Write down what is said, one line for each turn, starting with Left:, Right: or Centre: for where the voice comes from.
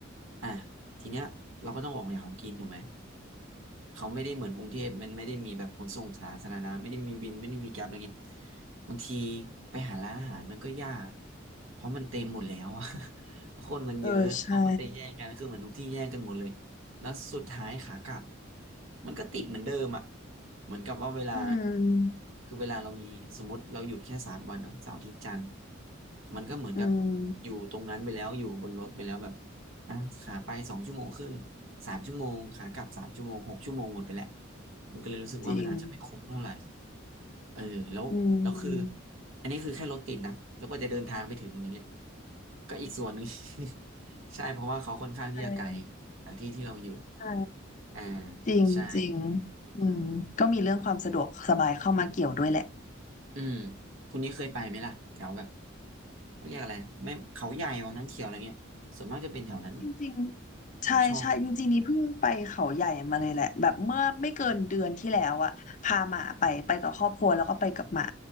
Right: อ่ะทีเนี้ยเราก็ต้องออกไปหาของกินถูกไหม เขาไม่ได้เหมือนกรุงเทพมันไม่ได้มีแบบขนส่งสาธารณะไม่ได้มีวินไม่ได้มีแกร็บอะไรเงี้ยบางทีไปหาร้านอาหารมันก็ยากเพราะมันเต็มหมดแล้วอะ <laughs> คนมันเยอะเขาก็จะแย่งกันคือเหมือนทุกที่แย่งกันหมดเลย
Left: เออใช่
Right: แล้วสุดท้ายขากลับมันก็ติดเหมือนเดิมอะเหมือนกับว่าเวลา
Left: อืม
Right: คือเวลาเรามีสมมติเราหยุดแค่สามวันเนาะเสาร์อาทิตย์จันทร์มันก็เหมือนกับ
Left: อืม
Right: อยู่ตรงนั้นไปแล้วอยู่บนรถไปแล้วแบบ อ่ะขาไปสองชั่วโมงครึ่งสามชั่วโมงขากลับสามชั่วโมงหกชั่วโมงหมดไปแหล้วมันก็เลยรู้สึกว่ามันอาจจะไม่คุ้มเท่าไหร่
Left: จริง
Right: เออแล้วแล้วคือ
Left: อืม
Right: อันนี้คือแค่รถติดนะแล้วก็จะเดินทางไปถึงอย่างเงี้ยก็อีกส่วนหนึ่ง <laughs> ใช่เพราะว่าเขาค่อนข้างที่จะไกล
Left: ใช่
Right: จากที่ที่เราอยู่
Left: ใช่
Right: อ่า
Left: จริงจริง
Right: ใช่
Left: อืมก็มีเรื่องความสะดวกสบายเข้ามาเกี่ยวด้วยแหละ
Right: อืมคุณนี้เคยไปไหมล่ะแถวแบบเขาเรียกอะไรแม่เขาใหญ่วังน้ำเขียวอะไรเงี้ยส่วนมากจะเป็นแถวนั้นไหม
Left: จริงๆ
Right: ปากช่อง
Left: ใช่ใช่จริงๆนี่เพิ่งไปเขาใหญ่มาเลยแหละแบบเมื่อไม่เกินเดือนที่แล้วอะพาหมาไปไปกับครอบครัวแล้วก็ไปกับหมา